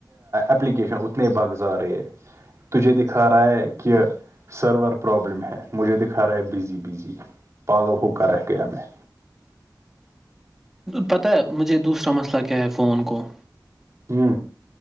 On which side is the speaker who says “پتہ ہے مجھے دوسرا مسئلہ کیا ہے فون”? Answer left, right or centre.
Centre